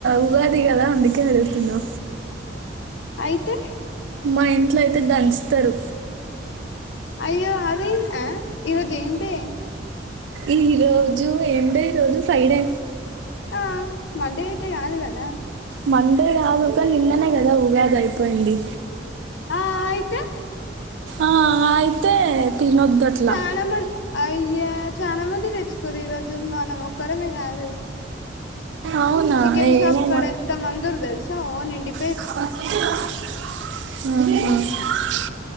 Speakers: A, on the right; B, on the left.
A: ఉగాది కదా అందుకేలే తిన్నా
B: అయితే
A: మా ఇంట్లో అయితే దంచుతారు
B: అయ్యో అదే ఆ ఈరోజెం డే
A: ఈ రోజు ఏం డే ఈ రోజు ఫ్రైడే
B: ఆ మండే అయితే కాదు కదా
A: మండే కాదు కని నిన్ననే కదా ఉగాది అయిపోయింది
B: ఆ ఆయితే
A: ఆ అయితే తినొద్దుట్లా
B: చాలా మంది అయ్యా చాలా మంది తెచ్చుకొర్రు ఈరోజు మనం ఒక్కరమే కాదు
A: అవునా
B: చికెన్
A: ఏమో
B: షాప్ కడ ఎంత మంది ఉర్రు తెల్సా ఓ నిండి
A: ఉమ్ హు